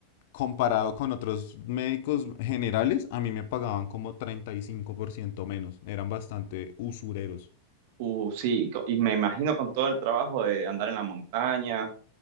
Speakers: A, on the left; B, on the right.
A: comparado con otros médicos generales, a mí me pagaban como 35% menos. Eran bastante usureros.
B: Uh, sí, co- y me imagino con todo el trabajo de andar en la montaña,